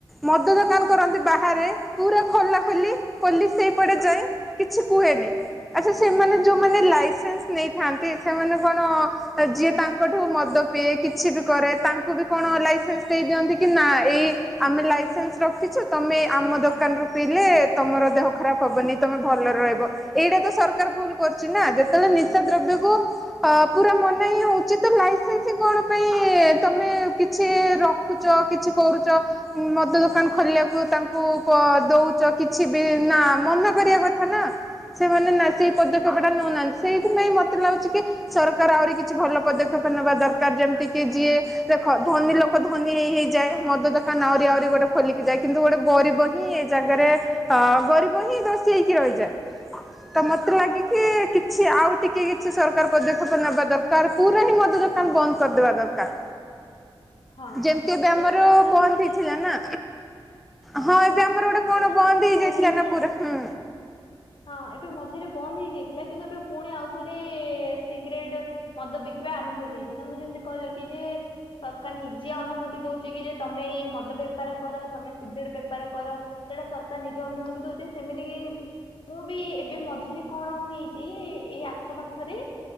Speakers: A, in the centre; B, on the left.
A: ମଦ ଦୋକାନ କରନ୍ତି ବାହାରେ ପୁରା ଖୋଲା ଖୋଲି ପୋଲିସ୍ ସେଇପଟେ ଯାଏ କିଛି କୁହେନି। ଆଚ୍ଛା ସେମାନେ ଯୋଉମାନେ ଲାଇସେନ୍ସ ନେଇଥାନ୍ତି ସେମାନେ କଣ ଯିଏ ତାଙ୍କଠୁ ମଦ ତ ସେ କିଛି ବି କରେ ତାଙ୍କୁ ବି କଣ ଲାଇସେନ୍ସ ଦେଇ ଦିଅନ୍ତି କି ନା ଏଇ ଆମେ ଲାଇସେନ୍ସ ରଖି <inaudible> ତମେ ଆମ ଦୋକାନରୁ ପିଇଲେ ତମର ଦେହ ଖରାପ ହବନି ତମେ ଭଲରେ ରହିବ ଏଇଟା ତ ସର ସରକାର ଭୁଲ୍ କରୁଛି ନା ଯେତେବେଳେ ନିଶାଦ୍ରବ୍ୟ କୁ ଆଁ ପୁରା ମନା ହିଁ ହଉଛି ତ ଲାଇସେନ୍ସ ହିଁ କ କଣ ପାଇଁ ତମେ କିଛି ରଖୁଛ କିଛି କରୁଛ ମଦ ଦୋକାନ ଖୋଲିବାକୁ। <inaudible> ତାଙ୍କୁ ପ ଦଉଛ କିଛି ବି ନା ମନା କରିବା କଥା ନା। ସେମାନେ ନା ସେଇ ପଦକ୍ଷେପ ଟା ନଉନାହାନ୍ତି ସେଇଥିପାଇଁ ମତେ ଲାଗୁଛି କି ସରକାର ଆହୁରି କିଛି ଭଲ ପଦକ୍ଷେପ <inaudible> ନେବା ଦରକାର ଯେମିତି କି ଯିଏ ଦେଖ ଧନୀ ଲୋକ ଧନୀ ହେଇ ହେଇଯାଏ ମଦ ଦୋକାନ ଆହୁରି ଆହୁରି ଗୋଟେ ଖୋଲିକି ଯାଏ କିନ୍ତୁ ଗୋଟେ ଗରିବ ହିଁ ଏଇ ଜାଗାରେ ଅ ଗରିବ ହିଁ ଦୋଷୀ ହେଇକି ରହିଯାଏ। ତ ମତେ ଲାଗେ କି
B: ହଁ।
A: କିଛି ଆଉ ଟି କି କିଛି ସରକାର ପଦକ୍ଷେପ ନେବା ଦରକାର ପୁରା ହିଁ ମଦ ଦୋକାନ ବନ୍ଦ କରିଦେବା ଦରକାର।
B: ହଁ
A: ଯେମତି ଏବେ ଆମର
B: ତମେ
A: ବନ୍ଦ
B: ଯେମିତି
A: ହେଇଥିଲା ନା। ହଁ ଏବେ ଆମର ଗୋଟେ କଣ
B: ତମେ
A: ବନ୍ଦ
B: ଯେମିତି
A: ହେଇଯାଇଥିଲା
B: କହିଲ କି
A: ନା ପୁରା ହୁଁ।
B: ହଁ ଏବେ ମଝିରେ ବନ୍ଦ ହେଇଯାଇଥିଲା କିନ୍ତୁ ଏବେ ପୁଣି ଆଉ ଥରେ ସିଗାରେଟ୍ ମଦ ବିକିବା ଆରମ୍ଭ ହୋଇଯାଇଚି ତମେ ଯେମତି କହିଲ କି ଯେ ସରକାର ନିଜେ ଅନୁମାତି ନୁମତି ଦଉଚି କି ଯେ ତମେ ଏଇ ମଦ ବେପାର କର ତମେ ସିଗରେଟ୍ ବେପାର ବେପାର କର ସେଟା ସରକାର ନିଜ ଅନୁମତି ଦଉଚି ଯେ ସେମିତି କି ମୁଁ ବି ଏବେ ମଝିରେ କଣ ହେଇଚି ଇ ଏଇ ଆଖ ପାଖରେ